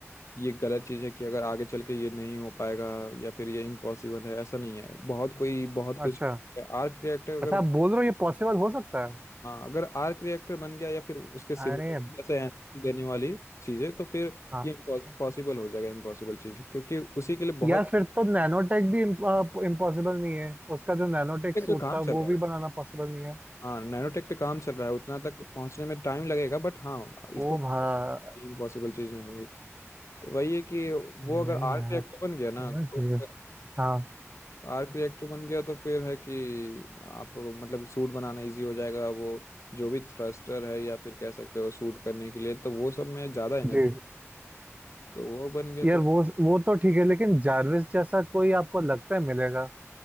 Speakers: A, on the left; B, on the right.
A: ये गलत चीज़ है कि अगर आगे चल के ये नहीं हो पाएगा या फिर ये इम्पॉसिबल है ऐसा नहीं है बहुत कोई बहुत कुछ
B: अच्छा
A: आर्ट रिएक्टर अगर
B: अच्छा आप बोल रहे हो ये पॉसिबल हो सकता है
A: हाँ अगर आर्क रिएक्टर बन गया या फिर उसके सिमिलर
B: अरे
A: जैसे एनर्जी देने वाली चीजें तो फिर
B: हाँ
A: ये पॉसिबल
B: हाँ।
A: हो जाएगा इम्पॉसिबल चीज क्योंकि उसी के लिए बहुत
B: यार फिर तो नैनोटेक भी इम्पॉसिबल नहीं है उसका जो नैनोटेक
A: नैनोटेक
B: सूट
A: पे काम
B: था
A: चल
B: वो
A: रहा
B: भी
A: है
B: बनाना पॉसिबल नहीं है
A: हाँ नैनोटेक पे काम चल रहा है उतना तक पहुंचने में टाइम लगेगा बट हाँ
B: ओ
A: इसको
B: भाई
A: इम्पॉसिबल चीज नहीं होगी तो वही है कि वो
B: नहीं
A: अगर आर्क
B: यार
A: रिएक्टर बन गया ना
B: होना
A: तो
B: चाहिए
A: फिर
B: हाँ
A: आर्क रिएक्टर बन गया तो फिर है कि आपको मतलब सूट बनाना इजी हो जाएगा वो जो भी थ्रस्टर है या फिर कह सकते हो सूट करने के लिए तो वो सब में ज्यादा एनर्जी
B: जी
A: तो वो बन गया
B: यार
A: तो
B: वो वो तो ठीक है लेकिन जारविस जैसा कोई आपको लगता है मिलेगा